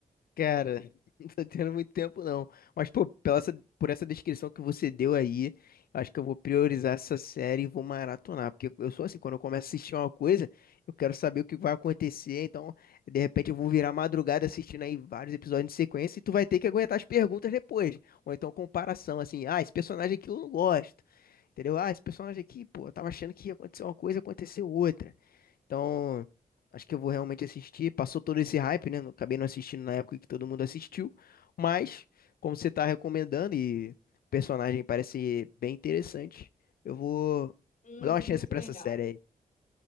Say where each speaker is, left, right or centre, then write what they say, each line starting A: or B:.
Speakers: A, on the left; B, on the left.
A: Cara, <laughs> não tô tendo muito tempo não. Mas, pô, pela essa- por essa descrição que você deu aí, eu acho que eu vou priorizar essa série e vou maratonar. Porque eu sou assim, quando eu começo a assistir uma coisa, eu quero saber o que vai acontecer. Então, de repente, eu vou virar madrugada assistindo aí vários episódios em sequência e tu vai ter que aguentar as perguntas depois. Ou então, comparação, assim, ah, esse personagem aqui eu não gosto. Entendeu? Ah, esse personagem aqui, pô, eu tava achando que ia acontecer uma coisa, aconteceu outra. Então, acho que eu vou realmente assistir. Passou todo esse hype, né? Acabei não assistindo na época que todo mundo assistiu. Mas, como você tá recomendando e o personagem parece bem interessante, eu vou,
B: Muito,
A: vou dar uma chance
B: muito
A: pra
B: legal.
A: essa série aí.